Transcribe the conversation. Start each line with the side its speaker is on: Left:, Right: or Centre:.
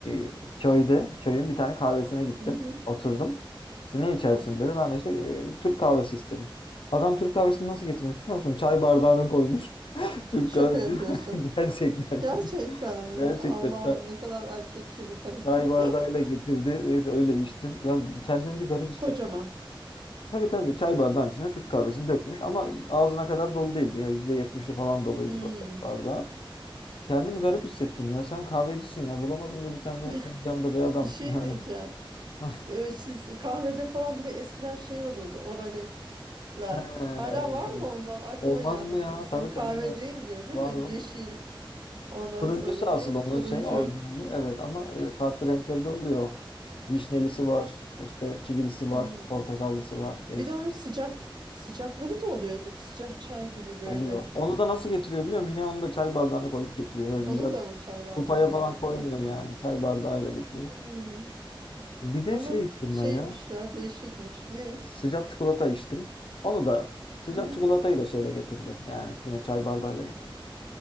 Left: e, köyde, köyün bir tane kahvesine gittim.
Right: Hı hı.
Left: Oturdum. İşte ne içersin
Right: Tamam.
Left: dedi. Ben de işte e, Türk kahvesi istedim. Adam Türk kahvesini nasıl getirmiş biliyor musun? Çay bardağına koymuş. <laughs> Türk
Right: Şaka
Left: kahvesi.
Right: yapıyorsun.
Left: <laughs> Gerçekten.
Right: Gerçekten mi?
Left: Gerçekten
Right: Allah'ım
Left: çay,
Right: ne kadar erkekçe bir hareket.
Left: çay bardağıyla getirdi. Neyse öyle içtim. Ben kendimi bir garip hissettim.
Right: <laughs> Kocaman.
Left: Tabii tabii çay bardağın içine Türk kahvesini dökmüş ama ağzına kadar dolu değildi. Ya yüzde yetmişi falan doluydu
Right: Hmm.
Left: böyle bardağın. Kendimi garip hissettim ya. Sen kahvecisin ya. Bulamadın mı bir tane
Right: <laughs>
Left: fincanda bey adam?
Right: Bir şey
Left: Yani.
Right: diyeceğim.
Left: <laughs>
Right: Ee, siz kahvede falan bir de eskiden şey olurdu oraletler.
Left: He,
Right: Hala
Left: evet
Right: var
Left: evet.
Right: mı onlar? Aklıma
Left: Olmaz
Right: geldi
Left: mı
Right: şimdi.
Left: ya?
Right: Sen
Left: Tabii
Right: kahve
Left: tabii var.
Right: deyince değil
Left: Var
Right: mi?
Left: var.
Right: Yeşil. Ondan
Left: Turuncusu
Right: sonra ne?
Left: asıl onun
Right: Turuncu.
Left: şey orijinali. Evet ama e, farklı renkleri de oluyor. Vişnelisi var. işte kivilisi
Right: Hmm.
Left: var. Portakallısı var. Değişik
Right: Bir de onun sıcak sıcakları da oluyor değil mi? Sıcak çay gibi böyle.
Left: oluyor. Onu da nasıl getiriyor biliyor musun? Yine onu da çay bardağına koyup getiriyor. Böyle
Right: Onu
Left: güzel
Right: da mı çay bardağında
Left: kupaya falan
Right: getirir?
Left: koymuyor yani.
Right: <laughs>
Left: Çay bardağıyla getiriyor.
Right: Hmm.
Left: Bir de
Right: Ama
Left: şey içtim
Right: şeymiş
Left: ben ya.
Right: ya değişikmiş. Ne?
Left: Sıcak çikolata içtim. Onu da sıcak
Right: Hı hı.
Left: çikolatayı da şeyle getirdi. Yani yine çay bardağıyla getirdi.